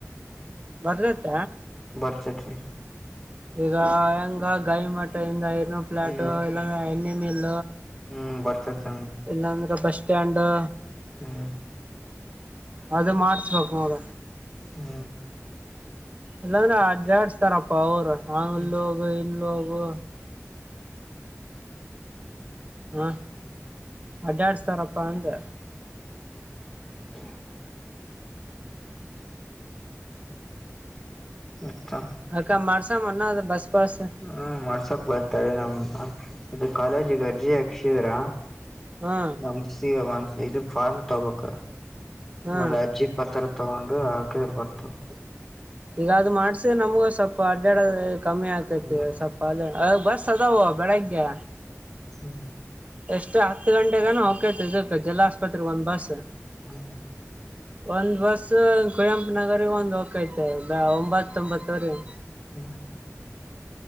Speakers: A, on the right; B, in the centre.
A: ಮದ್ಲತ
B: ಬರ್ಚರಿ
A: ಈಗ ಹೆಂಗ ಗಾಯ ಮಟ್ಟದಿಂದ ಇರ್ನೂರ್ ಪ್ಲಾಟ್
B: ಹ್ಮ್
A: ಇಲ್ಲಂದ ಎಣ್ಣೆ ಮೀಲ್
B: ಹ್ಮ್ ಬರ್ತದ್.
A: ಇಲ್ಲಂದ್ರೆ ಬಸ್ ಸ್ಟ್ಯಾಂಡು
B: ಹ್ಮ್
A: ಅದ ಮಾಡ್ಸ್ಬೇಕು ನೋಡ.
B: ಹ್ಮ
A: ಇಲ್ಲಾಂದ್ರೆ ಅಡ್ಡಾಡ್ಸ್ತಾರಪ್ಪ ಅವ್ರು ಹ
B: ಹ್ಮ್
A: ಅಲ್ಲೋಗ ಇಲ್ಲೋಗು ಹಾ ಅಡ್ಡಾಡ್ಸ್ತಾರಪ್ಪ ಅಂದೆ.
B: ಹ ಅತಾ
A: ಅದಕ್ಕ ಮಾಡ್ಸಾಮನ್ನೊದು ಬಸ್ ಪಾಸ್
B: ಹ್ಮ ಮಾಡ್ಸೋಕ್ ಬರ್ತಾರೆ ನಮ್ ಅದು ಕಾಲೇಜಿಗೆ ಅರ್ಜಿ ಹಾಕ್ಸಿದ್ರ?
A: ಹಾ
B: ನಮ್ಸೀ ಇದು ಫಾರ್ಮ್ ತಗಬೇಕ
A: ಹಾ
B: ನ ಅರ್ಜೀ ಪತ್ರ ತಗೊಂಡು ಹಾಕಿದ್ರ ಬರ್ತಾದ್.
A: ಈಗ ಅದು ಮಾಡ್ಸಿದ್ರ್ ನಮ್ಗ ಸ್ವಲ್ಪ ಅಡ್ಡಾಡ ಕಮ್ಮಿ ಆಕೈತಿ
B: ಹ್ಮ್
A: ಸ್ವಲ್ಪ ಅ ಬಸ್ ಅದಾವ ಬೆಳಗ್ಗೆ.
B: ಹ್ಮ್
A: ಎಷ್ಟು ಹತ್ತು ಗಂಟೆಗನ ಹೋಕ್ಕೖತ ಇದಕ್ಕೆ ಜಿಲ್ಲಾ ಆಸ್ಪತ್ರೆಗೆ ಒಂದ್ ಬಸ್ಸು.
B: ಹ್ಮ್
A: ಒಂದ್ ಬಸ್ಸು ಕುವಂಪುನಗರಿಗ ಒಂದ್ ಹೋಕೈತೆ ಒಂಬತ್ತೊಂಬತ್ತವರಿಗೆ.
B: ಹ್ಮ